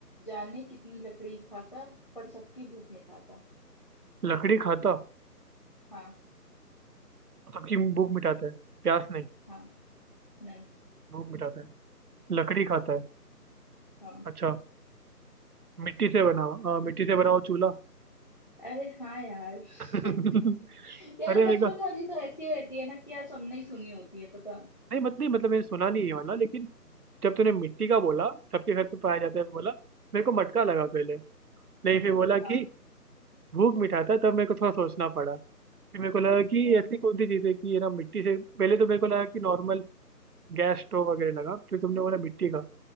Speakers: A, on the left; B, on the right.
A: जाने कितनी लकड़ी खाता पर सबकी भूख मिटाता
B: <laughs> लकड़ी खाता
A: हाँ
B: सबकी भूख मिटाता है प्यास नहीं
A: हाँ नहीं
B: भूख मिटाता है लकड़ी खाता है
A: हाँ
B: अच्छा मिट्टी से बना हुआ- हाँ मिट्टी से बना हुआ चूल्हा
A: अरे हाँ यार <laughs>
B: अरे
A: यार
B: मेरे
A: बचपन
B: को
A: वाली तो ऐसी रहती है ना कि यार सबने ही सुनी होती है पता
B: नहीं मत नहीं मतलब मैंने सुना नहीं ये वाला लेकिन जब तूने मिट्टी का बोला सबके घर पे पाया जाता है बोला मेरे को मटका लगा पहले नहीं फिर बोला कि
A: हाँ
B: भूख मिठाता तब मेरे को थोड़ा सोचना पड़ा फिर मेरे को लगा कि
A: ओ
B: ऐसी कौन सी चीज़ है कि ये ना मिट्टी से पहले तो मेरे को लगा कि नॉर्मल गैस स्टोव वगैरह लगा फिर तुमने बोला मिट्टी का